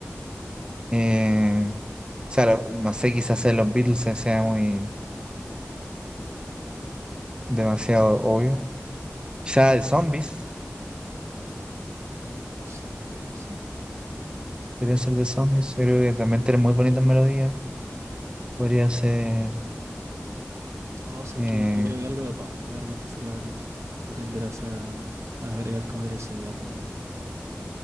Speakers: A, on the right; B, on the right.
A: Eh, o sea, lo- no sé, quizás en los Beatles se- sea muy demasiado obvio. Quizás de zombies,
B: Los zombies podrían ser.
A: podría ser de zombies. Yo creo que también tiene muy bonitas melodías. Podría ser.
B: Oh, sé
A: eh,
B: que yo creo que algo de punk de repente sería bacán. Para aprender a, hacer- a agregar como agresividad también.